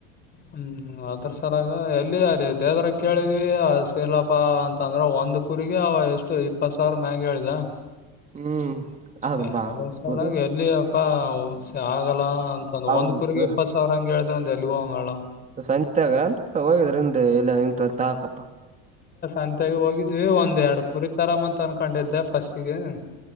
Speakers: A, on the left; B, on the right.
A: ಹ್ಮ್ ಅದ್ರ ಸಲಾಗ ಎಲ್ಲಿ ಅದೇ ದೇವದ್ರ ಕೇಳಿದ್ವಿ ಸೀಲಪ್ಪಾ ಅಂತಂದ್ರ ಒಂದ ಒಂದು ಕುರಿಗಿ ಅವ ಎಷ್ಟು ಇಪ್ಪತ್ ಸಾವಿರ ಮ್ಯಾಗಿ ಹೇಳಿದ
B: ಹ್ಮ್ ಅದು
A: ಯಾವಲ
B: ಬಾ
A: ಸಳ
B: ಕುರಿ
A: ಎಲ್ಲಿ ಪ್ಪಸ ಆಗಲ್ಲ ಅಂತಂದು
B: ಹೌದ
A: ಒಂದ್ ಕುರಿಗ ಇಪ್ಪತ್ತು ಸಾವಿರ ಹಂಗಗೆ ಹೇಳಿದ್ರೆ ಅಂದ ಎಲ್ಗೋ ಮೇಡಮ್
B: ಸಂಚಾಗ ಹೋಗಿದ್ರ ನಿಿಂದ ಎಲ್ಲ ನಿಂತತಾ ಹಾಕಪ್ಪ
A: ಅಂತಾಗ ಹೋಗಿದ್ವಿ ಒಂದ ಎರಡು ಕುರಿ ತರಾಮ ಅಂತ ಅನ್ಕೊಂಡಿದ್ದೆ ಫಸ್ಟಿಗೆ